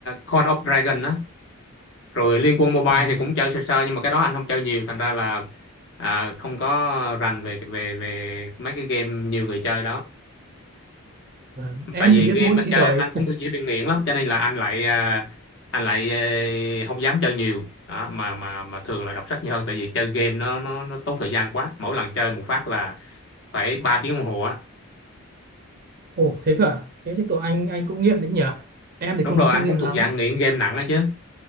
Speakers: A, on the left; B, on the right.
A: Call of Dragon á rồi Liên Quân Mobile
B: à
A: thì cũng chơi sơ sơ nhưng mà cái đó anh không chơi nhiều thành ra là à, không có rành về về về mấy cái game nhiều người chơi đó
B: vâng. em
A: tại vì
B: thì biết
A: game
B: mỗi chỉ
A: anh chơi
B: trò
A: anh
B: đấy
A: anh cũng bị dễ bị nghiện lắm cho nên là anh lại à, anh lại ờ, không dám chơi nhiều đó, mà mà mà thường là đọc sách nhiều hơn tại vì chơi game nó nó nó tốn thời gian quá mỗi lần chơi một phát là phải 3 tiếng đồng hồ á
B: <laughs> ồ thế cơ à thế thì tụi anh anh cũng nghiện đấy nhỉ em thì
A: đúng
B: cũng
A: rồi
B: không
A: anh
B: nghiện
A: cũng thuộc
B: lắm
A: dạng nghiện game nặng đó chứ